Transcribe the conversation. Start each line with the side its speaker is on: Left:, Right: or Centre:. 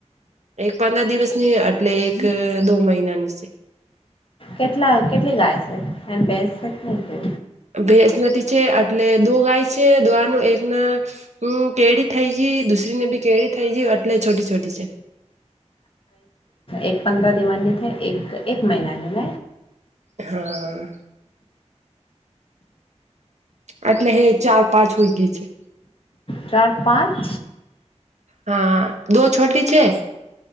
Right: પદર દિવસની એટલે એક દો મહિનાની છે.
Left: કેટલા કેટલી ગાય છે, એ બે છે, કે
Right: ભેસ નથી છે, એટલે દો ગાય છે, દો આ ન એક ના કેડી થઈ જ. દૂરીને બી કેળ થઈ જ એટલે છોટી, છોટી છે
Left: એક પદરહ દિવાની, થ એક એક મહનાની ન
Right: હા આટલે હે ચાર પાંચ હોય ગઈ છે
Left: ચાર પાંચ
Right: હા દો છોટી છે